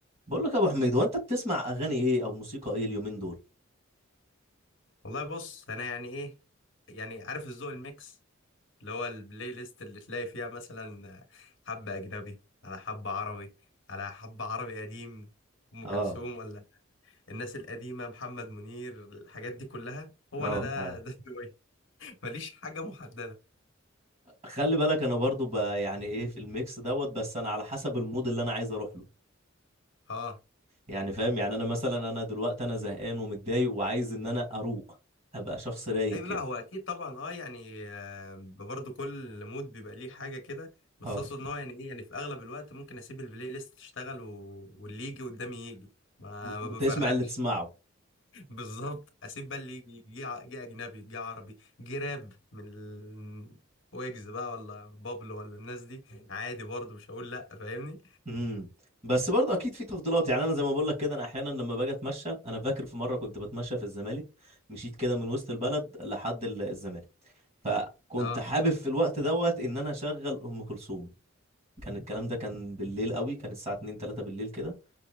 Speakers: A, on the right (about 35°); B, on the left (about 65°).
A: بقول لك يا ابو حميد هو انت بتسمع اغاني ايه او موسيقى ايه اليومين دول
B: والله بص انا يعني ايه يعني عارف الذوق الميكس اللي هو البلاي ليست اللي تلاقي فيها مثلا حبة اجنبي على حبة عربي على حبة عربي قديم ام
A: اه
B: كلثوم ولا الناس القديمة محمد منير الحاجات دي كلها هو
A: اه
B: انا ده
A: <laughs> اه
B: ده ذوقي <laughs> ماليش حاجة محددة
A: خلي بالك انا برضو ب- يعني ايه في الميكس دوت بس انا على حسب المود اللي انا عايز اروح له
B: اه
A: يعني فاهم يعني انا مثلا انا دلوقتي انا زهقان ومتضايق وعايز ان انا اروق ابقى شخص رايق
B: ايوه
A: كده
B: لا هو اكيد طبعا اه يعني آه، برضه كل مود بيبقى ليه حاجة كده بس
A: اه
B: اقصد ان هو يعني ايه يعني في اغلب الوقت ممكن اسيب البلاي ليست تشتغل و... واللي يجي قدامي يجي ما
A: و-
B: ما
A: وتسمع
B: بفرقش
A: اللي تسمعه
B: بالظبط اسيب بقى اللي يجي جه ع- جه اجنبي جه عربي جه راب من ال... ويجز بقى ولا بابلو ولا الناس دي عادي برضه مش هقول لا فاهمني
A: امم بس برضه اكيد في تفضيلات يعني انا زي ما بقول لك كده انا احيانا لما باجي اتمشى انا فاكر في مره كنت بتمشى في الزمالك مشيت كده من وسط البلد لحد ال- الزمالك فكنت
B: اه
A: حابب في الوقت دوت ان انا اشغل ام كلثوم كان الكلام ده كان بالليل قوي كان الساعه 2 3 بالليل كده